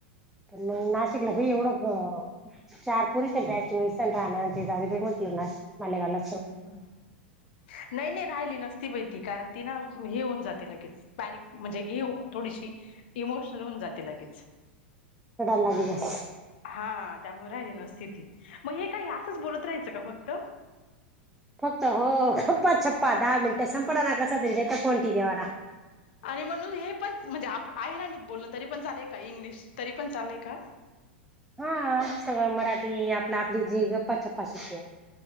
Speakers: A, in the centre; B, on the left (about 65°).
A: पण नाशिकला भाई एवढं चार पोरीस नाही बॅच नुसार राहणार ते जाऊदे बाई! नाशिक <inaudible> मालेगाव
B: नाही नाही राहिली नसती बाई ती कारण ती ना, हे होऊन जाते लगेच पेनिक म्हणजे हे थोडीशी इमोशनल होऊन जाते लगेच <inaudible>
A: कडा लागलीयस <inaudible>
B: हा त्यामुळे राहिली ना ती मग हे काय असंच बोलत राहायचं का फक्त
A: फक्त हो गप्पाछप्पा दहा मिनटं संप ना कस तरी तर फोन <unintelligible> वाना
B: आणि म्हणून हे पण म्हणजे आप आई ना आणि बोलण तरी पण चालेलय का इंग्लिश तरी पण चालेलय का?
A: हा <inaudible> सगळं मराठी आपला आपली जी गप्पा छप्पा शिक